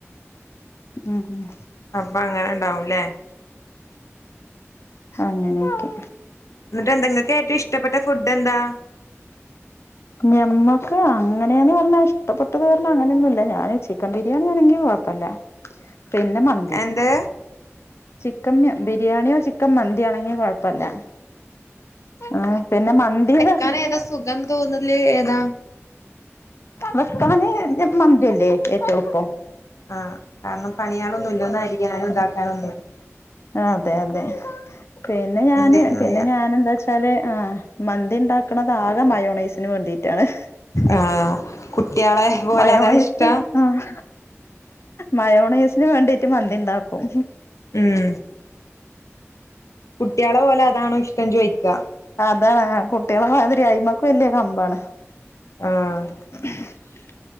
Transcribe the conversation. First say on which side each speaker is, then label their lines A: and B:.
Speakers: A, on the left; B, on the left.
A: മ്മ്
B: അപ്പൊ അങ്ങനെ ഇണ്ടാവും ഇല്ലേ
A: അങ്ങനെയൊക്കെ
B: എന്ന്ട്ട് എന്താ നിങ്ങക്ക് ഏറ്റവും ഇഷ്ടപ്പെട്ട ഫുഡ് എന്താ
A: ഞമ്മക്ക് അങ്ങനെന്ന് പറഞ്ഞാ ഇഷ്ടപ്പെട്ടത് പറഞ്ഞാ അങ്ങനെയൊന്നും ഇല്ല -ഞാന് ചിക്കൻ ബിരിയാണി ആണെങ്കിൽ കൊഴപ്പയില്ല പിന്നെ മന്തി
B: എന്ത്
A: ചിക്കം ബിരിയാണിയോ ചിക്കൻ മന്തിയാണോ എങ്കി കൊഴപ്പല്ല ആ പിന്നെ മന്തി ഇത്‌
B: വെക്കാന് ഏതാ സുഖം തോന്നതില് ഏതാ?
A: വെക്ക്ണത് ഞ് മന്തിയല്ലേ ഏറ്റോം എളുപ്പം
B: ആ കാരണം പണികളൊന്നുല്ല ഒന്ന് അരിയാനോ ഇതെക്കാനും ഒന്നുമില്ലേ
A: ആ അതെ അതെ പിന്നെ ഞാന്
B: എന്തേലും
A: പിന്നെ ഞാന് എന്താ വെച്ചാല് ആ മന്തി ഇണ്ടാക്കണത് ആകെ മയോണൈസിന് വേണ്ടിട്ടാണ്
B: ആഹ് കുട്ടിയാളെ പോലെ
A: മയോണൈസ്
B: അതാ ഇഷ്ടം
A: ആഹ് മയോണേസിന് വേണ്ടിട്ട് മന്തി ഇണ്ടാക്കും
B: മ് കുട്ടികള് പോലും അതാണോ ഇഷ്ടം ചോയ്ക്കവാ
A: അതാണ് ആ കുട്ടികളെ മാതിരി അയ്മക്ക് വല്ല്യ കമ്പാണ്
B: ആഹ്
A: <inaudible>